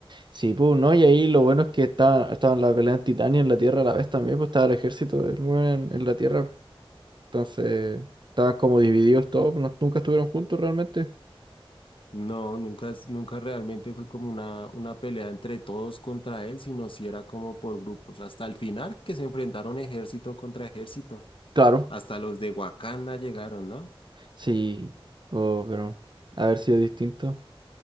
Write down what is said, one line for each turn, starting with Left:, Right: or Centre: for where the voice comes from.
Right: Sí, po, ¿no? Y ahí lo bueno es que estaban, estaban la pelea en Titán y en la Tierra a la vez también, pues estaba el ejército del weón en, en la Tierra. Entonces, estaban como divididos todos, pues, no- nunca estuvieron juntos realmente.
Left: No, nunca, es- nunca realmente fue como una, una pelea entre todos contra él, sino si era como por grupos. Hasta el final que se enfrentaron ejército contra ejército.
Right: Claro.
Left: Hasta los de Wakanda llegaron, ¿no?
Right: Sí, oh, pero haber sido distinto.